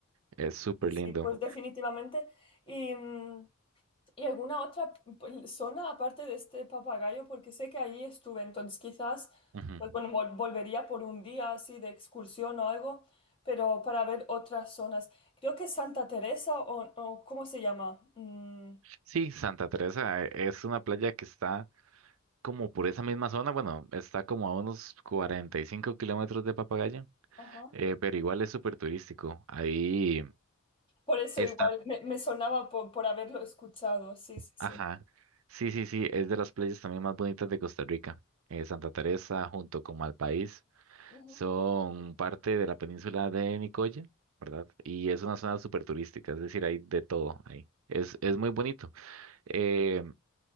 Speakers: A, on the right; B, on the left.
A: Es súper
B: Sí, sí,
A: lindo.
B: pues definitivamente. ¿Y, mm, ¿y alguna otra p- zona aparte de este papagayo? Porque sé que allí estuve, entonces quizás,
A: Ujú.
B: pues bueno, vol- volvería por un día así de excursión o algo, pero para ver otras zonas. Creo que Santa Teresa o, o ¿cómo se llama? Mm,
A: Sí, Santa Teresa eh, es una playa que está como por esa misma zona, bueno, está como a unos 45 kilómetros de Papagayo,
B: ajá.
A: eh, pero igual es súper turístico. Ahí.
B: Por eso
A: está
B: igual me, me sonaba por, por haberlo escuchado, sí, sí,
A: Ajá. Sí, sí, sí, es de las playas también más bonitas de Costa Rica. Eh, Santa Teresa junto con Malpaís
B: sí.
A: son parte de la península de Nicoya, ¿verdad? Y es una zona súper turística, es decir, hay de todo ahí. Es, es muy bonito. Eh,